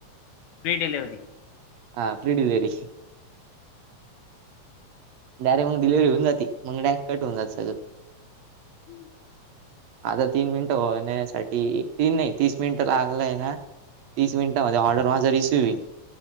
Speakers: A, on the left; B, on the right.
A: फ्री डिलिवर्ही
B: हा फ्री डिलिव्हरी डारेक्टग डिले्ह होनात मगडरेट होन जात सगं
A: हम्म
B: आता तीन मिनिटं होण्यासाठी तीन नाही तीस मिनिट लागलंय ना तीस मिनटमध्ये ऑर्डर माझा रिसीव होईल